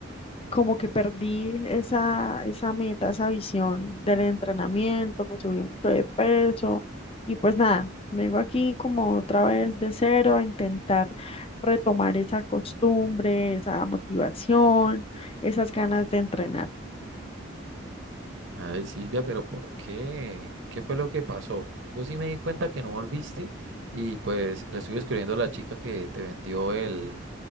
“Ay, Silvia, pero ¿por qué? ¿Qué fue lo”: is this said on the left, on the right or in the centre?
Right